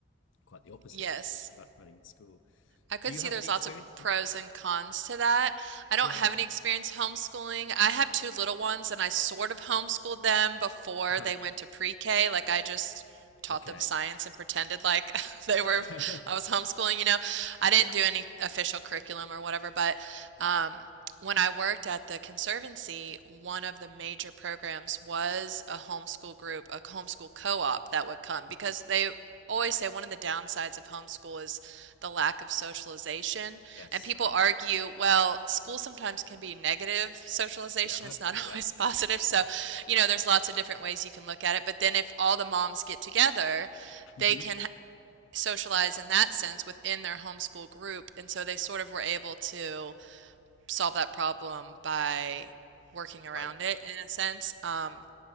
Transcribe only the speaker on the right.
Yes.
I could
see
there's
lots
of pros and cons to that. I don't
have any experience homeschooling. I have two little ones and I sort of homeschooled them before
they went to pre-K. Like I just taught
them science and pretended like <laughs> they were
I was homeschooling, you know. I didn't
do any official curriculum or whatever, but um when I worked at the conservancy, one of the major programs was a homeschool group, a homeschool co-op that would come
because
they always say one of the downsides of homeschool is the lack of socialization.
And people
argue, well, school sometimes can be negative socialization.
It's not
<laughs> always positive. So,
you know, there's lots of different ways you can look at it. But then if all the moms get together,
they can ha- socialize in that sense within their homeschool group. And so they sort of were able to solve that problem by working around
it in a sense. Um,